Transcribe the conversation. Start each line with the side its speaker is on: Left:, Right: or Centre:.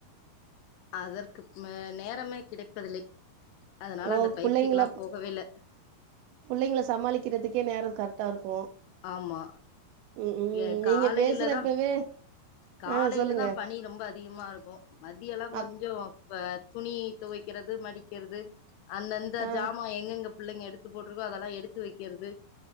Left: அதற்கு ம நேரமே கிடைப்பதில்லை அதனால
Right: ஓ
Left: அந்த பயிற்சிக்குல்லா
Right: புள்ளைங்கள
Left: போகவே இல்ல
Right: புள்ளைங்கள சமாளிக்கிறதுக்கே நேரோ கரெக்டா இருக்கு
Left: ஆமா
Right: ம் ம்
Left: ஏ
Right: நீங்க
Left: காலையில
Right: பேசுறப்பவே
Left: தா காலையில
Right: ஆ சொல்லுங்க
Left: தா பனி ரொம்ப அதிகமாருக்கு மதியல்லா கொஞ்
Right: அப்
Left: சோ பா துணி தொவைக்கிறது மடிக்கிறது அந்தந்த
Right: ஆ
Left: ஜாமா எங்கெங்க பிள்ளைங்க எடுத்து போட்ருக்கோ அதெல்லா எடுத்து வெக்கறது